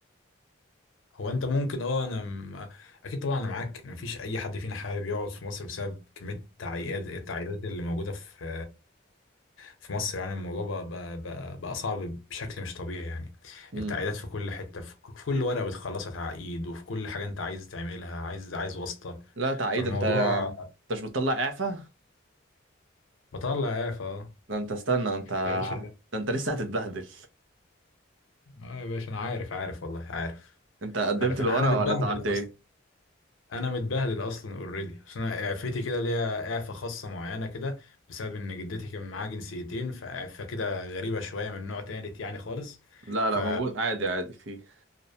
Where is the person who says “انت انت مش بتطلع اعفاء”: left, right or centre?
Right